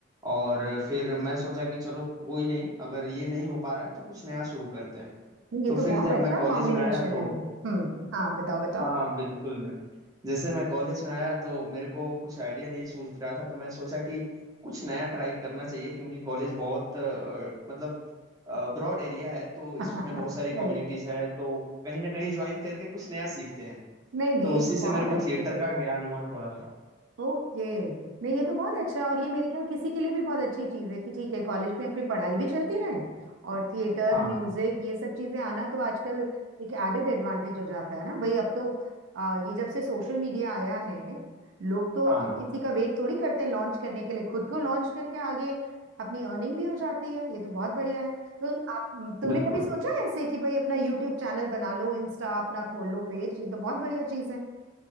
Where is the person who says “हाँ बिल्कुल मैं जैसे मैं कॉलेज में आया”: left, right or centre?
Right